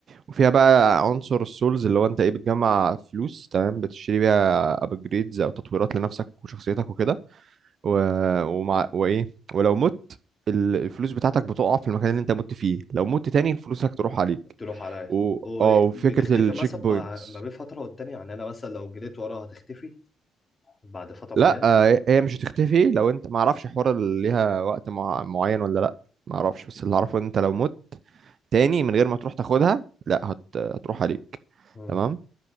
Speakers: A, on the right; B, on the left.
A: وفيها بقى عنصر السولز اللي هو أنت إيه بتجمع فلوس تمام بتشتري بيها أبجريدز أو تطويرات لنفسك وشخصيتك وكده و... ومع... وايه ولو مت ال- الفلوس بتاعتك بتقع في المكان اللي انت مت فيه لو مت تاني فلوسك تروح عليك
B: تروح عليا
A: و...
B: وبتختفي
A: اه وفكرة التشيك
B: مثلا
A: بوينتس
B: بع- ما بين فتره والتانيه يعني انا مثلا لو جريت وراها هتختفي بعد فتره معينه
A: لا آه، هي مش هتختفي لو انت ما اعرفش حوار اللي ليها وقت مع... معين ولا لا ما اعرفش بس اللي اعرفه ان انت لو مت تاني من غير ما تروح تاخدها لا هت... هتروح عليك
B: مم.
A: تمام